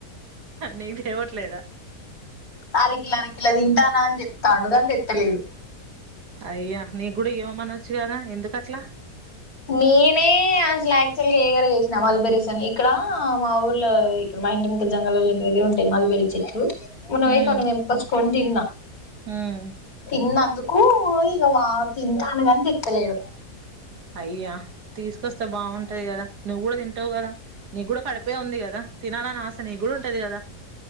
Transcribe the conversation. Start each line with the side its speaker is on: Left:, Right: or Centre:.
Right: నీకు ఇవ్వట్లేద
Left: అరకిల్లా అరకిల్లా తింటానా అని చెప్తాండు కాని తెత్తలేడు
Right: అయ్యా నీకు కూడా ఇవ్వమనొచ్చు కదా ఎందుకట్లా
Left: నేనే అసలు యాక్టువల్గా వసినా అలబరిస అని ఇక్కడ మా ఊర్లో ఇక్కడ మా ఇంటి ముందు జంగలల్ల ఇంటి దగ్గర ఉంటాయి మల్బేరి చెట్లు మొన్న వోయి
Right: ఉమ్
Left: తెంపుకొచ్చుకొని తిన్నా
Right: ఉమ్
Left: తిన్నందుకు కు ఇగా వావ్ తింటాడు కానీ తేత్తలేడు.
Right: ఇయ్యా తీసుకొస్తే బావుంటది కదా నువ్వు కూడా తింటవు కదా. నీ కూడా కడిపే ఉంది కదా, తినాలని ఆస నీకు కూడా ఉంటది కదా.